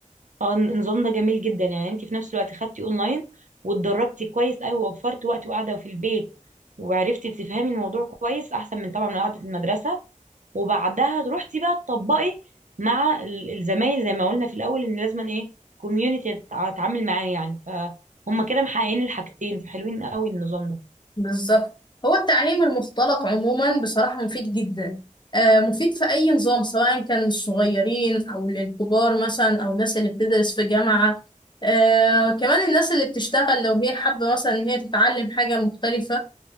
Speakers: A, on the right (about 70°); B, on the left (about 35°).
A: اه النظام ده جميل جدا يعني انت في نفس الوقت خدتي اونلاين واتدربتي كويس قوي ووفرتي وقت وقاعده في البيت وعرفتي تفهمي الموضوع كويس احسن من طبعا من قعده المدرسه وبعدها روحتي بقى تطبقي مع ال- الزمايل زي ما قلنا في الاول ان لازم ايه كوميونتي اتعامل معاه يعني فهم كده محققين الحاجتين فحلوين قوي النظام ده
B: بالظبط هو التعليم المختلط عموما بصراحة مفيد جدا آه، مفيد في أي نظام سواء كان للصغيرين أو للكبار مثلا أو الناس اللي بتدرس في جامعة آه، كمان الناس اللي بتشتغل لو هي حابة مثلا إن هي تتعلم حاجة مختلفة